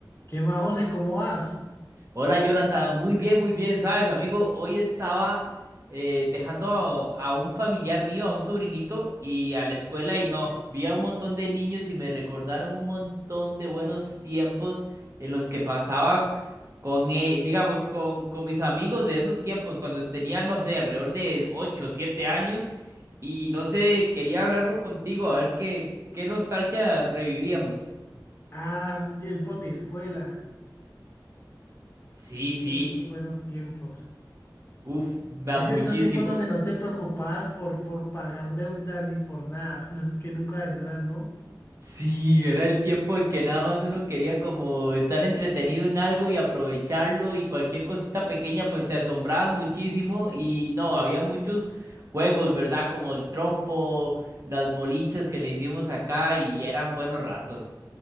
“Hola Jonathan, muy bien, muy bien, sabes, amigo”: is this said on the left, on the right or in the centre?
Right